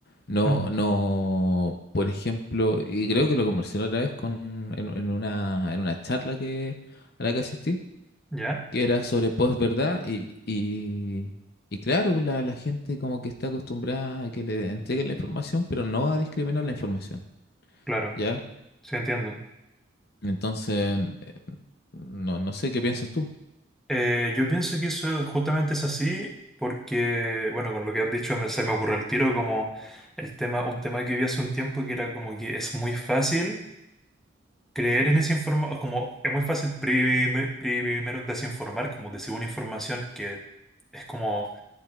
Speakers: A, on the left (about 50°); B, in the centre.
A: no,
B: Mm,
A: no, por ejemplo, y creo que lo conversé la otra vez con, en, en una, en una charla que, a la que asistí,
B: ¿ya?
A: que era sobre posverdad y, y, y claro, la, la gente como que está acostumbrada a que le entreguen la información, pero no a discriminar la información,
B: Claro,
A: ¿ya?
B: sí entiendo.
A: Entonces, no, no sé qué piensas tú.
B: Eh, yo pienso que eso justamente es así porque, bueno, con lo que has dicho me- se me ocurrió el tiro como el tema, un tema que vi hace un tiempo que era como que es muy fácil creer en esa información, como es muy fácil prime- primero desinformar, como decir una información que es como